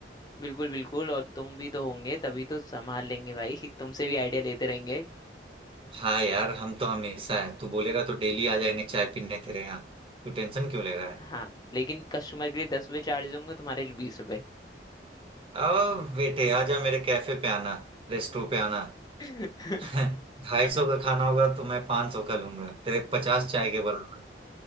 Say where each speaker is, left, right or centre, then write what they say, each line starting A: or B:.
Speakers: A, on the left (about 20°); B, on the right (about 30°).
A: बिल्कुल बिल्कुल और तुम भी तो होंगे तभी तो संभाल लेंगे भाई <laughs> तुमसे भी आइडिया लेते रहेंगे
B: हाँ यार हम तो हमेशा है तू बोलेगा तो डेली आ जाएंगे चाय पीने तेरे यहाँ तू टेंशन क्यों ले रहा है
A: हाँ लेकिन कस्टमर के लिए दस रुपये चार्ज दूंगा तुम्हारे लिए बीस रुपये
B: अब बेटे आजा मेरे कैफे पे आना रेस्टो पे आना
A: <laughs>
B: <laughs> ढाई सौ का खाना होगा तो मैं पाँच सौ का लूंगा तेरे पचास चाय के बराबर